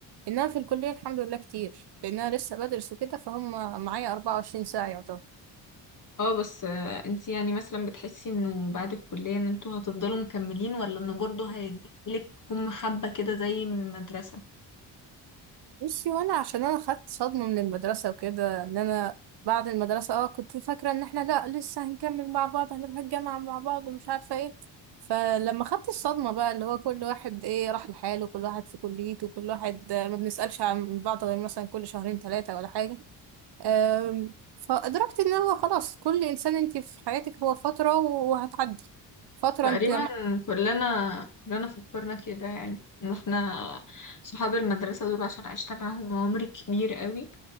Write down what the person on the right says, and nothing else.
انها في الكليه الحمد لله كتير لانها لسه بدرس وكده فهم معايا 24 ساعه يعتبر
بصي وانا عشان انا خدت صدمة من المدرسة وكده ان انا بعد المدرسة اه كنت فاكرة ان احنا لا لسه هنكمل مع بعض هنروح الجامعة مع بعض ومش عارفة ايه فلما خدت الصدمة بقى اللي هو كل واحد ايه راح لحاله كل واحد في كليته كل واحد آه، ما بنسألش عن بعض غير مثلا كل شهرين ثلاثة ولا حاجة آم، فأدركت ان هو خلاص كل انسان انت في حياتك هو فترة وهتعدي فترة
انت